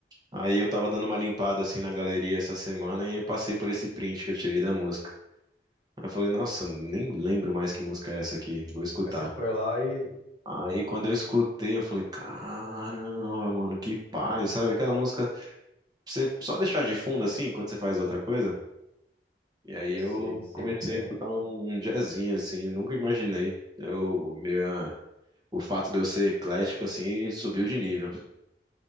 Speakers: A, on the right; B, on the left.
A: Aí eu tava dando uma limpada assim na galeria essa semana e passei por esse print que eu tirei da música. eu falei, nossa, nem lembro mais que música é essa aqui, vou escutar.
B: Aí você foi lá e...
A: Aí quando eu escutei, eu falei, caramba, mano, que paz, sabe? Aquela música, pra você só deixar de fundo assim, quando você faz outra coisa. E aí
B: Sei,
A: eu
B: sei
A: comecei
B: muito bem.
A: a escutar um um jazzinho assim, nunca imaginei. Eu, minha, o fato de eu ser eclético assim subiu de nível.